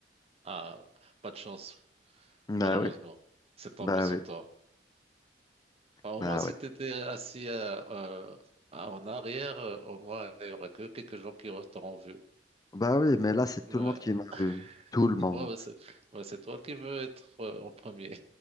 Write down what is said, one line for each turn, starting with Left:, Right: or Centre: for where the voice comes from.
Right: Ah, pas de chance,
Left: Bah
Right: malheureusement.
Left: oui,
Right: C'est tombé
Left: bah
Right: sur
Left: oui,
Right: toi. Alors
Left: bah
Right: moi, si
Left: oui.
Right: tu étais assis euh, euh, en arrière, euh, au moins, il y aurait que quelques gens qui t'auront vu.
Left: Bah oui, mais là, c'est tout
Right: Euh,
Left: le monde qui m'a vu. Tout
Right: <laughs>
Left: le monde.
Right: ouais, ouais, c'est ouais, c'est toi qui veux être euh, en premier.